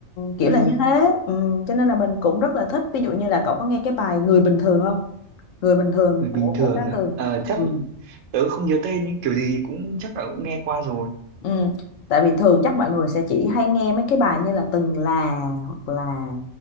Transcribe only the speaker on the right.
ừ
người bình
thường
ấy.
Ờ, chắc
tớ không nhớ tên nhưng kiểu gì cũng chắc là cũng nghe qua rồi